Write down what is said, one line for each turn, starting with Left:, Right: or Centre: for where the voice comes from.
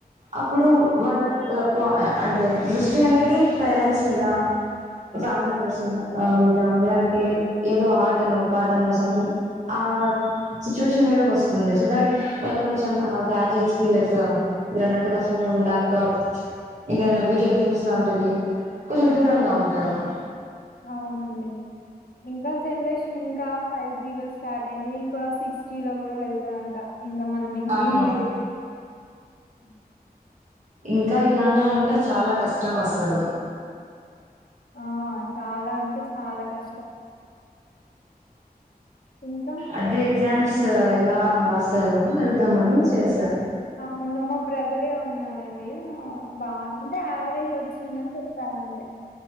Right: అప్పుడు వాళ్ళ అంటే దృష్టి అనేది పేరెంట్స్ మీద ఫ్యామిలీ మెంబెర్స్ మీద లేదంటే ఏదో ఆటనో పాటనో సంథింగ్ ఆ సిచ్యువేషన్ మీద వస్తుంది సో దట్ వాళ్ళు కొంచెం ఆ గ్యాడ్జెట్స్ కి లైక్ మీరు అన్నట్టుగా ఫోన్ ల్యాప్టాప్ ఇంక ఏమైన వీడియో గేమ్స్ లాంటివి. కొంచెం దూరంగా
Left: ఉమ్,
Right: ఉంటారు.
Left: అవునండి ఇంకా జనరేషన్ ఇంకా ఫైవ్ జి లో స్టార్ట్ అయింది ఇంకో సిక్స్ జి లో కూడా వెళ్తదంట. ఇంక మనం ఇంకేం
Right: అవును
Left: చెయ్యలేం. అ
Right: ఇంకా ఇలానే ఉంటే చాలా కష్ కష్టం అసలు
Left: ఆ చాలా అంటే చాలా కష్టం. ఇంకా
Right: అదే ఎగ్జామ్స్ స్ ఎలా రాసారు అని అడుగుదామని చేసా
Left: ఆవున్ నామ్ మా బ్రదరే ఉన్నా డన్ డి బాంటే యావరేజ్ వచ్చిందని చెప్పారు అంతే